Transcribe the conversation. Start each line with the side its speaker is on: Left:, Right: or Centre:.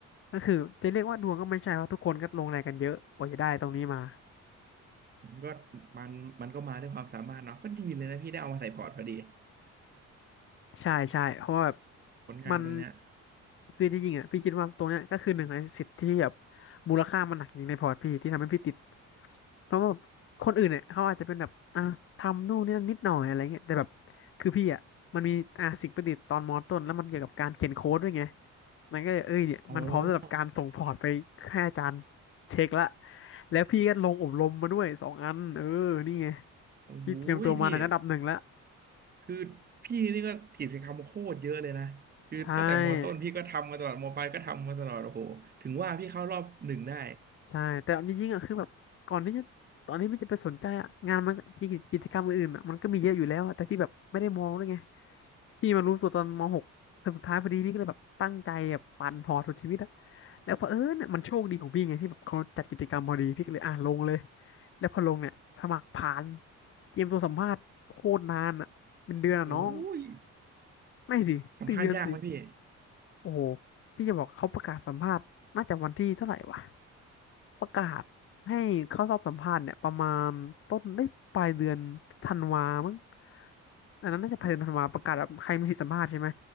Left: ก็คือจะเรียกว่าดวงก็ไม่ใช่เพราะทุกคนก็ลงแรงกันเยอะกว่าจะได้ตรงนี้มา
Right: ก็มันมันก็มาด้วยความสามารถเนาะก็ดีเลยนะพี่ได้เอามาใส่พอร์ตพอดี
Left: ใช่ใช่เพราะว่าแบบ
Right: ผลงานตรงเนี้ย
Left: มันคือจริงๆอ่ะพี่คิดว่าตรงเนี้ยก็คือหนึ่งในสิทธิ์ที่แบบมูลค่ามันหนักจริงในพอร์ตพี่ที่ทำให้พี่ติดเพราะว่าแบบคนอื่นเนี่ยเขาอาจจะเป็นแบบอ่ะทำนู่นนี่นั่นนิดหน่อยอะไรเงี้ยแต่แบบคือพี่อ่ะมันมีอ่ะสิ่งประดิษฐ์ตอนมอต้นแล้วมันเกี่ยวกับการเขียนโค้ดด้วยไงมันก็เลยเอ้ยเนี่ยมันพร้อมสำหรับการส่งพอร์ตไปให้อาจารย์เช็คละ
Right: โอ้
Left: แล้วพี่ก็ลงอบรมมาด้วยสองอันเออนี่ไง
Right: โอ้โหพี่
Left: พี่เตรียมตัวมาในระดับหนึ่งแล้ว
Right: คือพี่นี่ก็กิจกรรมโคตรเยอะเลยนะคือตั้งแต่มอต้นพี่ก็ทำมาตลอดมอปลายก็ทำมาตลอดโอ้โหถึงว่าพี่เข้ารอบหนึ่งได้
Left: ใช่ ใช่แต่จริงๆอ่ะคือแบบก่อนที่จะตอนที่พี่จะไปสนใจอ่ะงานมันกิจกิจกรรมอื่นๆอ่ะมันก็มีเยอะอยู่แล้วอะแต่พี่แบบไม่ได้มองด้วยไงพี่มารู้ตัวตอนม .6 เทอมสุดท้ายพอดีพี่ก็เลยแบบตั้งใจแบบปั่นพอร์ตสุดชีวิตอะแล้วเผอิญเนี่ยมันโชคดีของพี่ไงที่แบบเขาจัดกิจกรรมพอดีพี่ก็เลยอ่ะลงเลยแล้วพอลงเนี่ยสมัครผ่านเตรียมตัวสัมภาษณ์โคตรนานอ่ะเป็นเดือนอะน้อง
Right: โอ้ย
Left: ไม่สิถึงเดือนสิ
Right: สัมภาษณ์ยากไหมพี่
Left: โอ้โหพี่จะบอกเขาประกาศสัมภาษณ์น่าจะวันที่เท่าไหร่วะ ประกาศให้เข้าสอบสัมภาษณ์เนี่ยประมาณต้นได้ปลายเดือนธันวามั้งอันนั้นน่าจะปลายเดือนธันวาประกาศแบบใครมีสิทธิสัมภาษณ์ใช่ไหม